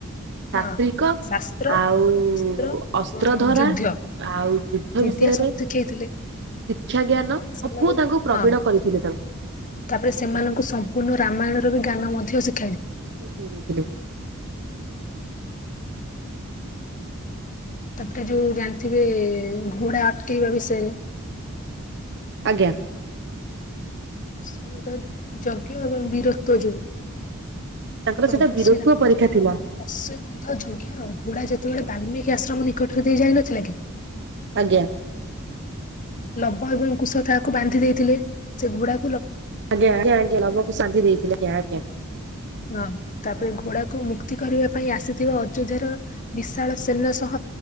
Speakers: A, on the left (about 40°); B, on the right (about 55°).
A: ହଁ
B: ଶାସ୍ତ୍ରୀକ
A: ଶାସ୍ତ୍ର
B: ଆଉ
A: ଅସ୍ତ୍ର
B: ଅସ୍ତ୍ର
A: ଏବଂ
B: ଧରା
A: ଯୁଦ୍ଧ
B: ଆଉ ଯୁଦ୍ଧ
A: ବିଦ୍ୟା
B: ବିଷୟରେ
A: ସବୁ
B: ଶିକ୍ଷା,
A: ଶିଖେଇଥିଲେ।
B: ଜ୍ଞାନ ସବୁ
A: ସେମାନେ
B: ତାଙ୍କୁ ପ୍ରବୀଣ
A: ହଁ
B: କରିଥିଲେ ତାଙ୍କୁ
A: ତାପରେ ସେମାନଙ୍କୁ ସମ୍ପୂର୍ଣ୍ଣ ରାମାୟଣ ର ବି ଜ୍ଞାନ ମଧ୍ୟ ଶି
B: ଶିଖେଇ ଦେଇଥିଲେ।
A: ତାପରେ ଯୋଉ ଜାଣିଥିବେ ଘୋଡ଼ା ଅଟକେଇବା ବିଷୟରେ।
B: ଆଜ୍ଞା।
A: ଅଶ୍ୱମେଧ ଯଜ୍ଞ ଏବଂ ବୀରତ୍ୱ ଯୋଉ।
B: ତାଙ୍କର
A: ପ୍ରଭୁ
B: ସେଇଟା ବୀରତ୍ୱ
A: ଶ୍ରୀ ରାମଚନ୍ଦ୍ରଙ୍କ
B: ପରୀକ୍ଷା ଥିଲା
A: ଅଶ୍ଵମେଧ ଯଜ୍ଞର ଘୋଡ଼ା ଯେତେବେଳେ ବାଲ୍ମିକି ଆଶ୍ରମ ନିକଟରେ ଦେଇ ଯାଇ ନଥିଲା କି?
B: ଆଜ୍ଞା।
A: ଲବ ଏବଂ କୁଶ ତାହାକୁ ବାନ୍ଧି ଦେଇଥିଲେ। ସେ ଘୋଡ଼ା
B: ଆଜ୍ଞା, ଆଜ୍ଞା, ଆଜ୍ଞା, ଲବ କୁଶ ବାନ୍ଧି ଦେଇଥିଲେ ଆଜ୍ଞା, ଆଜ୍ଞା।
A: ହଁ, ତାପରେ ଘୋଡ଼ାକୁ ମୁକ୍ତି କରିବା ପାଇଁ ଆସିଥିବା ଅଯୋଧ୍ୟାର ବିଶାଳ ସେନା ସହ